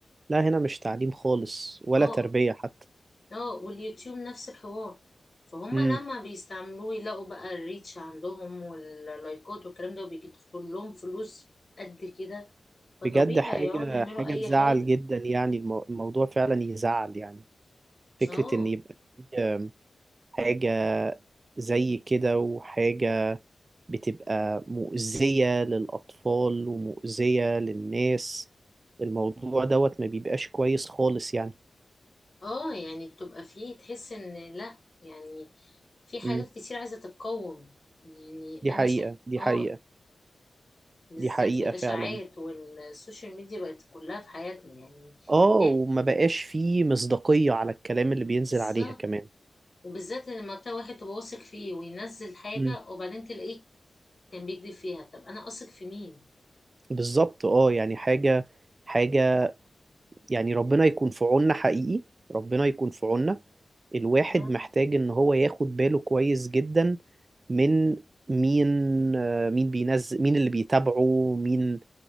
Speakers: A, on the right; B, on the left.
A: لا هنا مش تعليم خالص ولا
B: اه
A: تربية حتى
B: اه واليوتيوب نفس الحوار فهم
A: مم.
B: لما بيستعملوه يلاقوا بقى الريتش عندهم واللايكات والكلام ده وبيدخل لهم فلوس قد كده فطبيعي
A: بجد حاجة
B: يقعدوا يعملوا
A: حاجة
B: اي
A: تزعل
B: حاجه
A: جدا يعني المو- الموضوع فعلا يزعل يعني فكرة
B: اه
A: إن يبقى في حاجة زي كده وحاجة بتبقى مؤذية للأطفال ومؤذية للناس الموضوع دوت ما بيبقاش كويس خالص يعني
B: اه يعني بتبقى فيه تحس ان لا يعني في حاجات
A: مم.
B: كتير عايزة تتقوم يعني
A: دي حقيقة
B: أنا شا...
A: دي
B: آه
A: حقيقة
B: بالذات
A: دي حقيقة
B: في الإشاعات
A: فعلا
B: والسوشيال ميديا بقت كلها في حياتنا يعني
A: آه
B: إيه
A: وما بقاش فيه مصداقية على الكلام اللي بينزل
B: بالظبط
A: عليها كمان
B: وبالذات لما تلاقي واحد تبقى واثق فيه وينزل حاجة
A: مم.
B: وبعدين تلاقيه كان بيكذب فيها طب أنا أثق في مين؟
A: بالظبط آه يعني حاجة حاجة يعني ربنا يكون في عوننا حقيقي ربنا يكون في عوننا الواحد
B: مم.
A: محتاج ان هو ياخد باله كويس جدا من مين آه، مين بينزل مين اللي بيتابعه مين